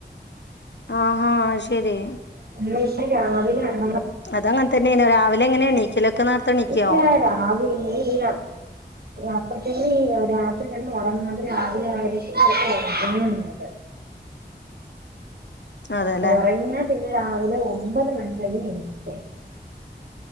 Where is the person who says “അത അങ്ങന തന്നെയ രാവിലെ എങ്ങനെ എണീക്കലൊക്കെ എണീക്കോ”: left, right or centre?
Left